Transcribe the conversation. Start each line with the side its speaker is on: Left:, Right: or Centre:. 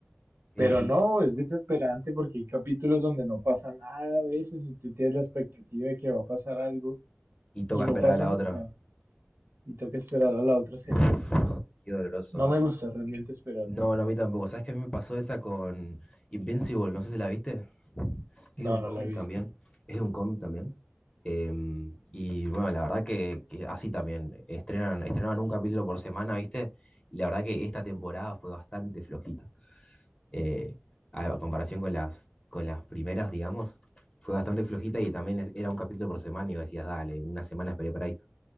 Left: qué
Right: Pero
Left: difícil.
Right: no, es desesperante porque hay capítulos donde no pasa nada a veces, usted tiene la expectativa de que va a pasar algo
Left: Y toca
Right: y no
Left: esperar
Right: pasa
Left: a la
Right: nada.
Left: otra.
Right: Y tengo que esperar a la otra semana.
Left: Uf, qué doloroso.
Right: No me gusta realmente esperar.
Left: No, no, a mí tampoco. ¿Sabes qué? A mí me pasó esa con Invincible. No sé si la viste. Es de
Right: No,
Left: un cómic
Right: no la he visto.
Left: también, es de un cómic también. Em, y bueno, la verdad que, que así también, estrenan, estrenaban un capítulo por semana, ¿viste? Y la verdad que esta temporada fue bastante flojita. Eh, a, a comparación con las, con las primeras, digamos, fue bastante flojita y también es- era un capítulo por semana y vos decías, dale, una semana esperé para esto.